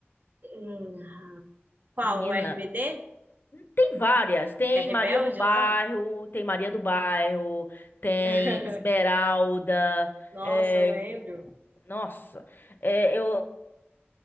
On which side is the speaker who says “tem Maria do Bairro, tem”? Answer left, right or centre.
Left